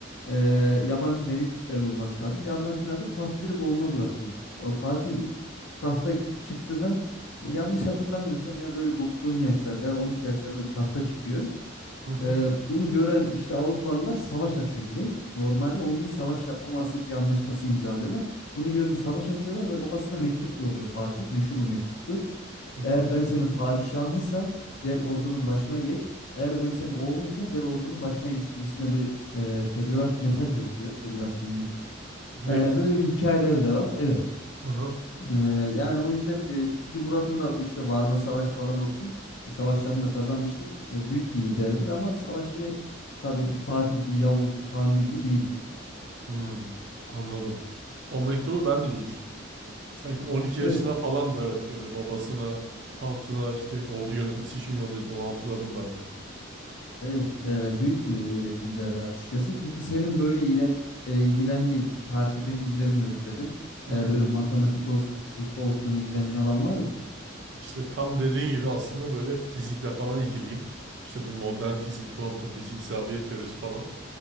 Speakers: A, on the left (about 65°); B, on the right (about 60°).
A: e, yabancı Venediklerle olması lazım. Bir anlaşma yapıp taht direkt oğluna bırakıyor. O Fatih tahta çıktığında ya yanlış hatırlamıyorsam ya böyle dokuz on yaşlarında ya 12 yaşlarında bir tahta çıkıyor.
B: Hı
A: Ee, bunu gören işte Avrupalılar savaş açıyor direkt. Normalde 10 yıl savaş yapamazlık bir anlaşması imzalıyorlar. Bunu görünce savaş açıyorlar ve babasına mektup yolluyor Fatih. Meşhur bir mektuptur.
B: hı. hı.
A: Eğer ben senin padişahınsam gel ordunun başına geç. Eğer ben senin oğlumsan gel ordunun başına geç gibisine bir e, telgraf mesaj yolluyor. Telgraf demeyelim.
B: Mektup.
A: Ee, böyle bir hikayeleri de var. Evet.
B: Hı hı.
A: Ee, yani o yüzden e, ikinci Murat'ın da işte Varna Savaşı falan olsun e, savaşlarını da kazanmıştır. E, büyük bir liderdir ama savaşı tabii bir Fatih, bir Yavuz, bir Kanuni gibi değildir.
B: Hı. Anladım. O mektubu ben de duymuştum. Sanki 12 yaşında
A: Evet,
B: falan da evet böyle babasına tahtına işte ordu yönetmesi için yolluyordu. Onu hatırladım ben de.
A: evet
B: Hı,
A: e, büyük bir e, liderdi açıkçası. Peki senin böyle ile, e, ilgilendiğin, tarihte pek
B: hı,
A: ilgilenmiyorum dedin.
B: hı,
A: E,
B: hı.
A: böyle matematik olsun, fizik olsun ilgilendiğin alan var mı?
B: İşte tam dediğin gibi aslında böyle fizikle falan ilgiliyim. İşte bu modern fizik, kuantum fiziği, isabet teorisi falan.